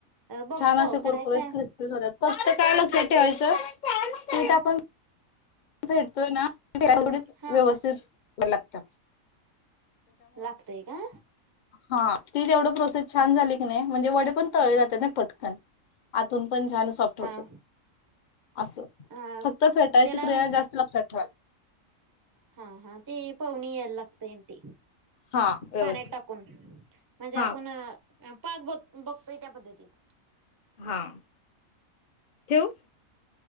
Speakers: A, on the right; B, on the left.
A: बघतो
B: छान असे कुरकुरीत
A: करायचंय
B: क्रिस्पी होतात <inaudible> फक्त काय लक्षात ठेवायचं पण
A: हा
B: आपण भेटतोय ना तेवढी
A: हा
B: -व्यवस्थित लागत
A: लागतय का?
B: हा ती जेवढी प्रोसेस छान झाली की नाही म्हणजे वडे पण तळले जातात नाही ना आतून पण छान सॉफ्ट
A: हा
B: होतात असं
A: अ
B: -फक्त फेटायच
A: त्याला
B: क्रिया जास्त लक्षात ठेवाल
A: हा -हा- ते पाहणी यायला लागतय ते
B: हा व्यवस्थित
A: पाण्यात टाकून म्हणजे
B: हा
A: -आपण पाग ब -बघतोय त्या पद्धतीत
B: हा- ठेवू